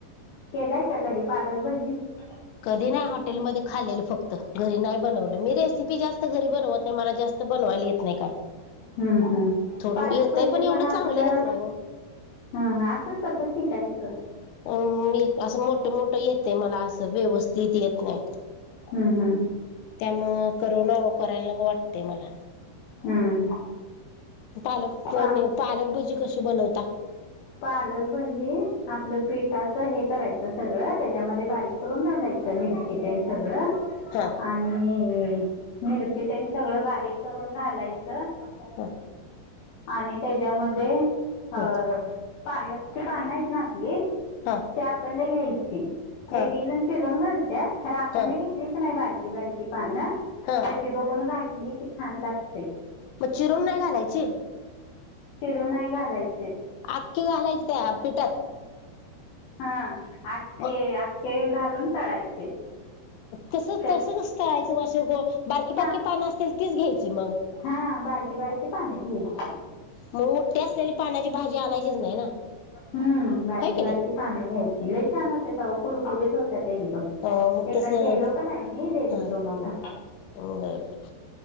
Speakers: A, on the left; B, on the left.
A: केलायं का कधी पालकभजी, हो.
B: कधि नहीं हॉटेलमध्ये खाल्लेलं फक्त, घरी नाही बनवलं, मी रेसिपी जास्त घरी बनवतं नाही, मला जास्त त बनवायला येत नाही काय.
A: हम्म हम्म,
B: थोडं
A: पालक
B: येतय
A: भजी
B: एवढं
A: पण आपलं
B: चांगलं येत नाही हो.
A: हं असं कसं शिकायचं?
B: अ मी असं मोठं-मोठं येत मला, असं व्यवस्थित येत, नाही.
A: हम्म हम्म
B: त्यामुळे <unintelligible> करायला नको वाटतय मला.
A: हम्म
B: पालक
A: पा
B: पण, पालक भजी कशी बनवता?
A: पालक भजी, आपलं पिठाचं हे करायचं सगळं, त्याच्यामध्ये बारीक करुन घालायचं मिरची ते सगळं.
B: हां.
A: आणि मिरची ते सगळं, बारीक करून घालायचं. अ
B: हा
A: आणि त्याच्यामध्ये पालकचे
B: हा
A: पानं आहेतं ना, आपली?
B: हा
A: ते आपण नई घ्यायची, <unintelligible>
B: हा
A: चिरून घालतात. पण अखंड
B: हा
A: घेतली कि. <unintelligible> नाय बारकि-बारकि पानं.
B: हं.
A: कीं अशी बघून घातली की, छान लागते.
B: मगं चिरून नही घालायची?
A: चिरून नाही घालायची.
B: आखे घालायचे, त्या पिठात.
A: हां, आके
B: मग
A: आक्के घालून तळायचे.
B: तसं
A: त्यात
B: तसचं असतं आईचं भाषण मग बारकी
A: छान
B: बारकी पानं असतात तीच घ्यायची मग.
A: हा बारकी बारकी पानं घ्यायची
B: मग मोठी असलेली पानाची भाजी आणायचीचं नाही ना.
A: हम्म बारकी
B: होय की
A: बारकी
B: नाही
A: पान घ्यायची लई छान होत कुरकुरीत होत्यात एकदम.
B: अ मग
A: एकदा
B: तसं
A: केलं होतं ना आईनी <unintelligible>
B: हा
A: तुम्हाला
B: बरं